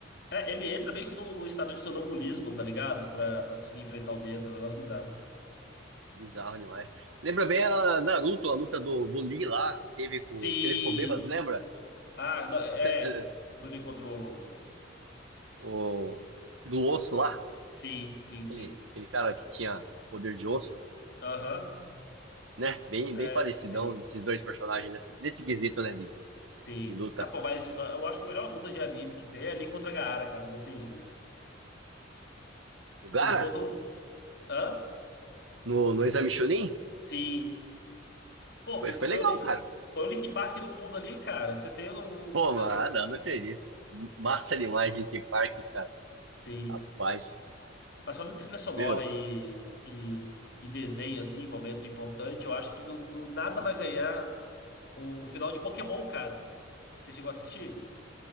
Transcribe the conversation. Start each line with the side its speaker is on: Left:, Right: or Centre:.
Left: É, ele entra meio que num num estado de sonambulismo, tá ligado? Pra, pra conseguir enfrentar o medo, é um negócio bizarro.
Right: Bizarro demais. Lembra bem a Naruto, a luta do, do Lee lá, que teve com.
Left: Sim!
Right: que ele ficou bêbado, lembra?
Left: Ah, não, é.
Right: <laughs>
Left: Do Lee contra o...
Right: O, do osso lá.
Left: Sim, sim, sim.
Right: Aquele, aquele cara que tinha poder de osso,
Left: Aham.
Right: né? Bem,
Left: É,
Right: bem parecidão
Left: sim,
Right: esses dois personagens nesse, nesse quesito, né? De,
Left: sim.
Right: de luta.
Left: Ah, pô, mas ah, eu acho que a melhor luta de anime que tem é Lee contra Gaara, cara. Não tem jeito.
Right: O Gara,
Left: Por todo... Hã?
Right: no, no Exame Chunin,
Left: Sim. Pô,
Right: foi,
Left: filho,
Right: foi
Left: se põe
Right: legal,
Left: o Link,
Right: cara.
Left: põe o Link Park no fundo ali, cara, você tem um,
Right: Pô,
Left: um negócio.
Right: mano, não acredito. Massa demais, Linkin Park, cara.
Left: Sim.
Right: Rapaz,
Left: Mas falando em trilha sonora
Right: meu,
Left: e, e, e desenho, assim, momento importante, eu acho que no, no nada vai ganhar o final de Pokémon, cara. Você chegou a assistir?